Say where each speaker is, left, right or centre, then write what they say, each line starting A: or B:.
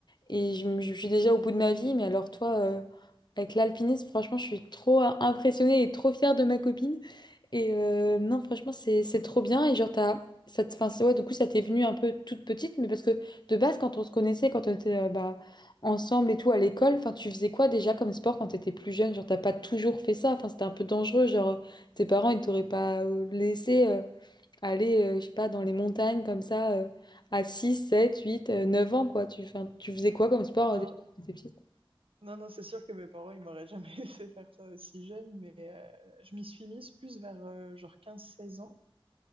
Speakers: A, on the left (about 50°); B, on the right (about 75°).
A: et je, me- je suis déjà au bout de ma vie. Mais alors, toi, euh, avec l'alpinisme, franchement, je suis trop euh, impressionnée et trop fière de ma copine. Et euh, non, franchement, c'est c'est trop bien. Et genre, t'as, ça, te- enfin, c'est- ouais, du coup, ça t'est venu un peu toute petite, mais parce que de base, quand on se connaissait, quand on était euh, bah, ensemble et tout à l'école, enfin, tu faisais quoi déjà comme sport quand t'étais plus jeune? Genre, t'as pas toujours fait ça. Enfin, c'était un peu dangereux. Genre, tes parents, ils t'auraient pas euh, laissé euh, aller, euh, je sais pas, dans les montagnes comme ça euh, à 6 7 8 euh, 9 ans, quoi. Tu, enfin, tu faisais quoi comme sport
B: Non,
A: euh, déjà quand t'étais petite?
B: non, non, c'est sûr que mes parents, ils m'auraient jamais <laughs> laissé faire ça aussi jeune, mais euh, je m'y suis mise plus vers euh, genre quinze, seize ans.